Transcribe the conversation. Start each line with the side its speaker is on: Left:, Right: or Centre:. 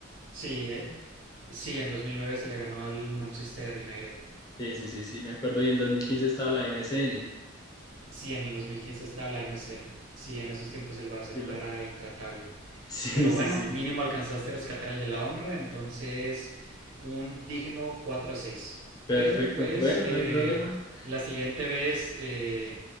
Right: Sí, eh, sí, en 2009 se le ganó al Manchester United.
Left: Sí, sí, sí, sí, me acuerdo. Y en el 2015 estaba la M S N.
Right: Sí, en el 2015 estaba la M C N Sí, en esos tiempos el Barcelona
Left: Estoy loco.
Right: era
Left: <laughs>
Right: intratable.
Left: Sí,
Right: Pero
Left: sí,
Right: bueno,
Left: sí.
Right: mínimo alcanzaste a rescatar el de la honra, entonces un digno 4 a 6.
Left: Perfecto.
Right: Pero pues
Left: Bueno,
Right: eh,
Left: no hay problema.
Right: la siguiente vez, eh,